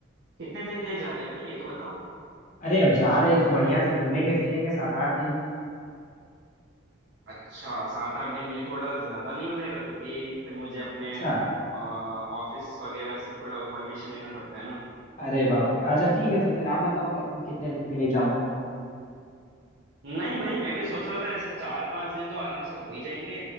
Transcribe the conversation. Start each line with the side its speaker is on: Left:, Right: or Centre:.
Right: कितने दिन के लिए जा रहे हैं भाई ये तो बताओ
Left: अरे अब जा रहे हैं तो बढ़िया से घूमेंगे फिरेंगे सात आठ दिन
Right: अच्छा सात आठ दिन ये थोड़ा ज्यादा नहीं हो जाएगा क्योंकि फिर मुझे अपने
Left: अच्छा
Right: ऑफिस वगैरह से थोड़ा परमिशन लेना पड़ता है ना
Left: अरे बाप रे अच्छा ठीक है तो फिर आप बताओ कब कितने दिन के लिए जाऊं
Right: नहीं भाई मैं भी सोच रहा था ऐसे चार पांच दिन तो आराम से हो ही जाएंगे